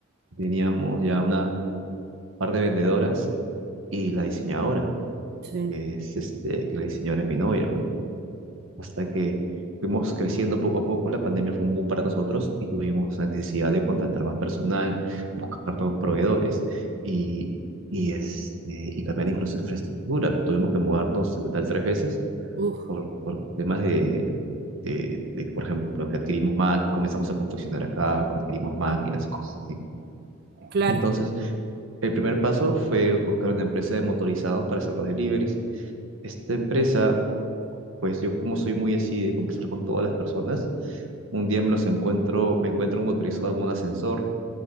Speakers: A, on the right (about 75°); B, on the right (about 50°).
A: Teníamos ya una par de vendedoras y la diseñadora,
B: sí.
A: que es este, que la diseñadora es mi novia, mano. Hasta que fuimos creciendo poco a poco, la pandemia fue un boom para nosotros y tuvimos la necesidad de contratar más personal, buscar nuevos proveedores y, y, este, y cambiar incluso infraestructura. Tuvimos que mudarnos en total tres veces
B: Uf,
A: por, por temas de, de, de, por ejemplo, que adquirimos Mac, comenzamos a confeccionar acá, adquirimos máquinas y cosas así.
B: claro.
A: Entonces, El primer paso fue buscar una empresa de motorizados para hacer los deliveries. Esta empresa, pues yo como soy muy así de conversar con todas las personas, un día me los encuentro, me encuentro un motorizado en un ascensor